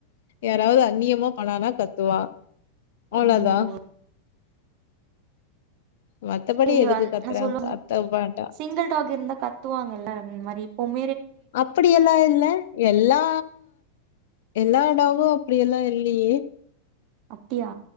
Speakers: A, on the left; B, on the right.
A: யாராவது அந்நியமா பண்ணானா கத்துவா அவ்ளோதா
B: ஓ அ
A: மத்தபடி
B: செய்வான்
A: எதுக்கு கத்துறா
B: அ சொல்லுங்க
A: கத்த மாட்டா
B: சிங்கில்டாக் இருந்தா கத்துவாங்கல்ல அந் மாரி எப்போம்
A: அப்படியெல்லா இல்ல எல்லா எல்லா டாகு அப்படி எல்லா இல்லையே
B: அப்டியா